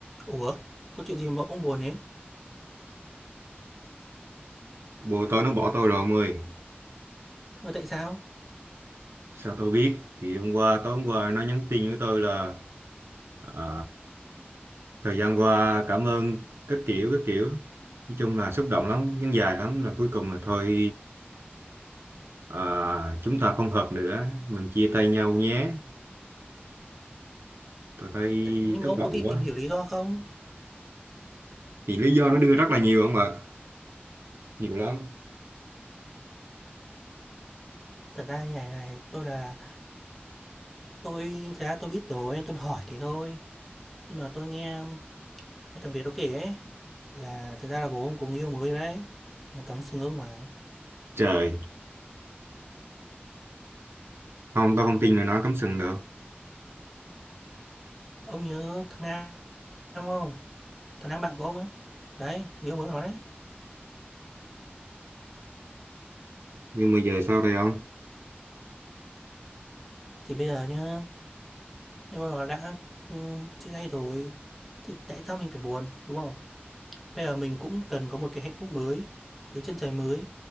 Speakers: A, in the centre; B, on the right.
A: Ủa, có chuyện gì mà ông buồn thế?
B: Bồ tôi nó bỏ tôi rồi ông ơi.
A: Mà tại sao?
B: Sao tôi biết? Thì hôm qua, tối hôm qua nó nhắn tin với tôi là à, thời gian qua cảm ơn các kiểu các kiểu. Nói chung là xúc động lắm, nhưng dài lắm là cuối cùng là thôi à, chúng ta không hợp nữa, mình chia tay nhau nhé. Tôi thấy
A: Tại, nhưng
B: thất
A: mà ông
B: vọng
A: có đi tìm
B: quá.
A: hiểu lý do không?
B: Thì lý do nó đưa rất là nhiều không ạ, nhiều lắm.
A: Thật ra như này này, tôi là tôi thật ra tôi biết rồi, nên tôi mới hỏi thế thôi. Nhưng mà tôi nghe, nghe thằng Việt nó kể ấy là thật ra là bố ông có người yêu mới đấy. Nó cắm sừng ông mà.
B: Trời, không tôi không tin là nó cắm sừng được.
A: Ông nhớ thằng Nam Nam không? Thằng Nam bạn của ông á. Đấy, người yêu mới của nó đấy.
B: Nhưng mà giờ sao đây ông?
A: Thì bây giờ nhá, nếu mà nó đã ừ, chia tay rồi thì tại sao mình phải buồn, đúng không? Bây giờ mình cũng cần có một cái hạnh phúc mới, một cái chân trời mới.